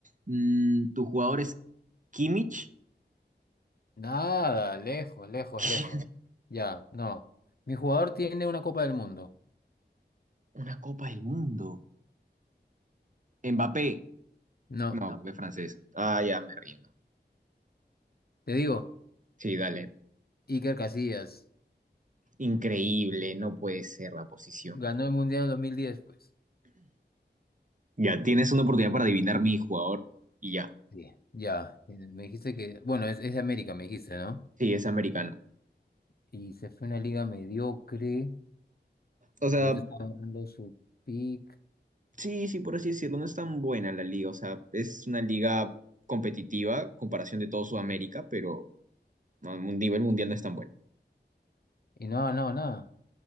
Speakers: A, on the right (about 45°); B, on the left (about 60°).
A: Mm, tu jugador es Kimmich.
B: Nada, lejos, lejos,
A: <laughs>
B: lejos. Ya, no. Mi jugador tiene una Copa del Mundo.
A: Una Copa del Mundo. Mbappé.
B: No,
A: No, No. porque es francés. Ah, ya me rindo.
B: te digo,
A: Sí, dale.
B: Iker Casillas
A: Increíble, no puede ser la posición.
B: ganó el Mundial del 2010, pues.
A: Ya, tienes una oportunidad para adivinar mi jugador y ya.
B: Sí. Ya, eh, me dijiste que, bueno, es, es de América, me dijiste, ¿no?
A: Sí, es americano.
B: Y se fue a una liga mediocre,
A: O sea,
B: y ahorita está dando su pick,
A: Sí, sí, por así decirlo, no es tan buena la liga, o sea, es una liga competitiva, comparación de todo Sudamérica, pero no, a un nivel mundial no es tan buena.
B: y no, no, nada,